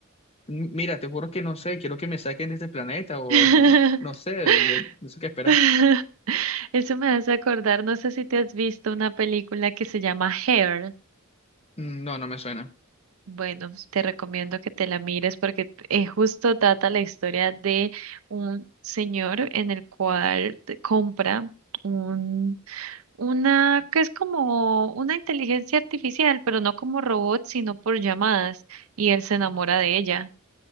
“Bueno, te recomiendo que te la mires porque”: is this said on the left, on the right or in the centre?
Right